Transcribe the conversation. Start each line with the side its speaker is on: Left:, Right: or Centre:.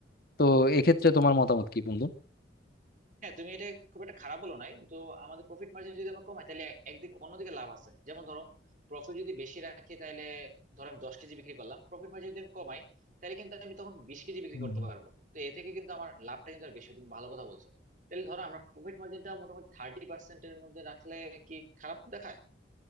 Left: তো এক্ষেত্রে তোমার মতামত কি বন্ধু
Right: হ্যাঁ তুমি এটা খুব একটা খারাপ বলো নাই তো আমাদের প্রফিট মার্জিন যদি আমরা কমাই তাহলে একদিক অন্যদিকে লাভ আছে যেমন ধরো প্রফিট যদি বেশি রাখি তাহলে ধরো আমি দশ কেজি বিক্রি করলাম প্রফিট মার্জিন যদি আমি কমাই তাহলে কিন্তু আমি তখন বিশ কেজি বিক্রি
Left: হুম।
Right: করতে পারবো তো এ থেকে কিন্তু আমার লাভটা কিন্তু আর বেশি হয়। তুমি ভালো কথা বলছো তাহলে ধরো আমরা প্রফিট মার্জিনটা মোটামুটি থার্টি পার্সেন্টের মধ্যে রাখলে কি খারাপ দেখায়